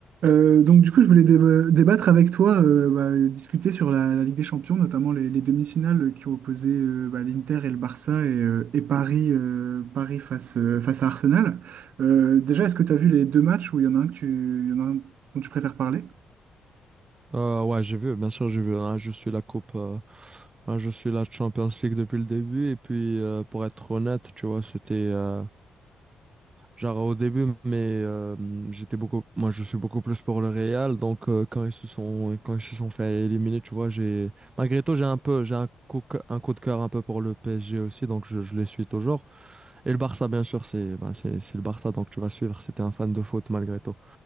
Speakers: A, on the right; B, on the right.
A: Euh, donc du coup, je voulais déba- débattre avec toi, euh, bah, et discuter sur la, la Ligue des Champions, notamment les, les demi-finales qui ont opposé euh, bah, l'Inter et le Barça et, euh, et Paris, euh, Paris face, euh, face à Arsenal. Euh, déjà, est-ce que tu as vu les deux matchs où il y en a un que tu, il y en a un dont tu préfères parler?
B: Euh, ouais, j'ai vu, bien sûr, j'ai vu. hein, je suis la coupe, euh, hein, je suis la Champions League depuis le début. Et puis, euh, pour être honnête, tu vois, c'était euh, genre au début, mais euh, j'étais beaucoup, moi, je suis beaucoup plus pour le Real. Donc, euh, quand ils se sont, quand ils se sont fait éliminer, tu vois, j'ai, malgré tout, j'ai un peu, j'ai un coup, un coup de cœur un peu pour le PSG aussi. Donc, je, je les suis toujours. Et le Barça, bien sûr, c'est, ben, c'est, c'est le Barça. Donc, tu vas suivre. C'était un fan de foot malgré tout.